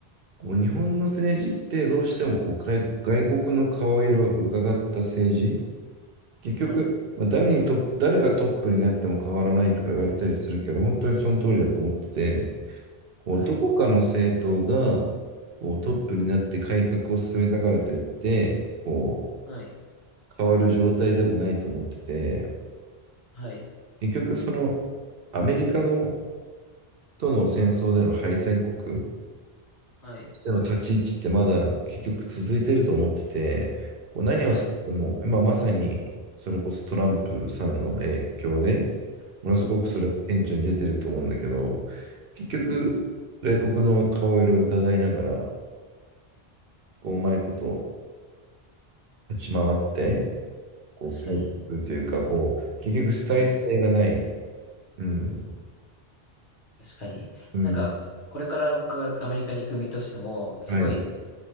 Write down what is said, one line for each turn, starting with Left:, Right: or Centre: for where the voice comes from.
Right: こう日本の政治ってどうしてもこう外外国の顔色を伺った政治、結局、
Left: はい、
Right: まあ、誰にトップ誰がトップになっても変わらないとか言われたりするけど、本当にその通りだと思ってて、こうどこかの政党が
Left: はい、
Right: こうトップになって改革を進めたからといって、こ
Left: はい、
Right: う変わる状態でもないと思ってて、
Left: はい、
Right: 結局そのアメリカのとの戦争での敗戦国と
Left: はい、
Right: しての立ち位置ってまだ結局続いてると思ってて、こう何をしても今まさにそれこそトランプさんの影響で、
Left: はい、
Right: ものすごくそれが顕著に出てると思うんだけど、
Left: はい。
Right: 結局外国の顔色を伺いながら、こううまいこと立ち回って、こう、
Left: 確かに。
Right: 決めていくというか、こう、結局主体性がない。
Left: うん、
Right: うん。
Left: 確かに。
Right: うん。
Left: なんか、これから僕がアメリカに行く身としても、すごい、
Right: はい。